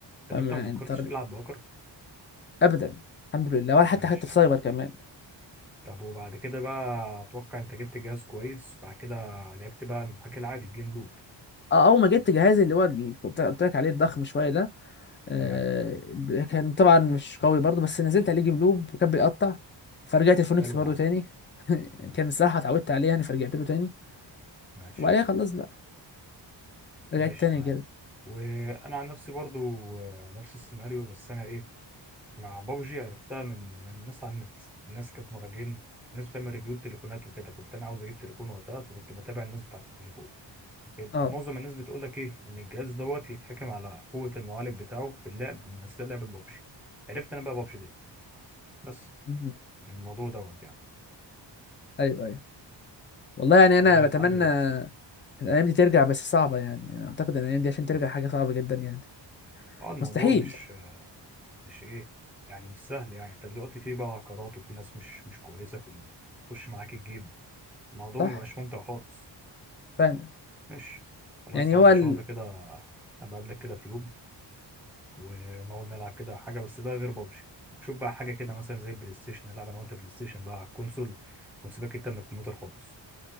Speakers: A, in the centre; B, on the left.
A: طب
B: فما
A: انت ما
B: يعني
A: فكرتش
B: اضطريت
A: تلعب بأكر
B: ابدا الحمد لله ولا حتى
A: ماشي
B: حتى في
A: يا
B: سايبر
A: عم
B: كمان
A: طب وبعد كده بقى اتوقع انت جبت جهاز كويس بعد كده لعبت بقى المحاكي العادي الجيم لوب
B: اه اول ما جبت جهازي اللي هو اللي كنت قلت لك عليه الضخم شويه ده آه،
A: تمام
B: كان طبعا مش قوي برضو بس نزلت عليه جيم لوب وكان بيقطع فرجعت الفونكس
A: حلو
B: برضو
A: يا عم
B: تاني <laughs>
A: ماشي
B: كان الصراحة اتعودت عليه يعني فرجعت له تاني
A: ماشي
B: وبعدها خلاص بقى رجعت
A: ماشي
B: تاني
A: تمام
B: جد
A: وانا عن نفسي برضو آه، نفس السيناريو بس انا ايه مع بابجي عرفتها من من الناس على النت الناس كانت مراجعين الناس بتعمل ريفيو لتليفونات وكده كنت انا عاوز اجيب تليفون وقتها فكنت بتابع الناس بتاعت التليفون كده
B: اه
A: معظم الناس بتقول لك ايه ان الجهاز دوت يتحكم على قوة المعالج بتاعه في اللعب من اثناء لعب بابجي عرفت انا بقى بابجي دي بس
B: مهم.
A: من الموضوع دوت يعني
B: ايوه ايوه والله يعني انا
A: ولحد
B: بتمنى
A: دلوقتي
B: الايام دي ترجع بس صعبة يعني أنا اعتقد ان الايام دي عشان ترجع حاجة صعبة جدا يعني
A: اه الموضوع
B: مستحيل
A: مش مش ايه يعني مش سهل يعني انت دلوقتي في بقى عقارات وفي ناس مش مش كويسه في ال- بتخش معاك الجيب الموضوع
B: صح
A: مبقاش ممتع خالص
B: فعلا
A: ماشي خلاص
B: يعني
A: استعمل
B: هو
A: ان
B: ال...
A: شاء الله كده ابقى قبلك كده في يوم ونقعد نلعب كده حاجه بس بقى غير بابجي شوف بقى حاجه كده مثلا زي البلاي ستيشن نلعب انا وانت بلاي ستيشن بقى على الكونسول ونسيبك انت من الكمبيوتر خالص